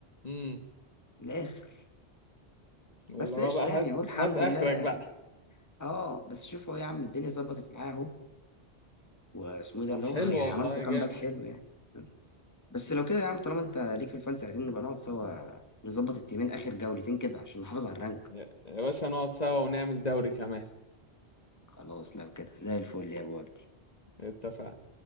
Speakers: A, on the left; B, on the left.
A: امم
B: من الاخر
A: اللي
B: بس
A: هو
B: قشطه
A: بقى
B: يعني
A: هات
B: اهو الحمد
A: هات اخرك
B: لله
A: بقى
B: اه بس شوف هو يا عم الدنيا ظبطت معاه اهو واسمه إيه ده
A: طب
B: اللي هو
A: حلو
B: يعني
A: والله
B: عملت كامباك
A: جامد
B: حلو يعني بس لو كده يا عم طالما انت ليك في الفانسي عايزين نبقى نقعد سوا نظبط التيمين اخر جولتين كده عشان نحافظ على الرانك
A: يا يا باشا نقعد سوا ونعمل دوري كمان
B: خلاص لو كده زي الفل يا ابو وجدي
A: اتفقنا